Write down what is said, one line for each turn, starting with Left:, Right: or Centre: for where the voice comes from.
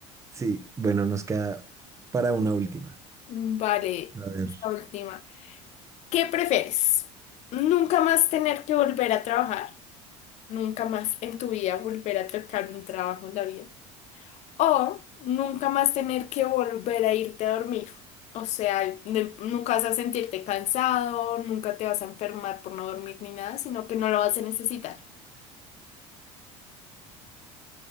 Right: Sí, bueno, nos queda para una última.
Left: Mm, Vale,
Right: A ver.
Left: esta última. ¿Qué prefieres? ¿Nunca más tener que volver a trabajar? ¿Nunca más en tu vida volver a tocar un trabajo en la vida? O nunca más tener que volver a irte a dormir. O sea, de- nunca vas a sentirte cansado, nunca te vas a enfermar por no dormir ni nada, sino que no lo vas a necesitar.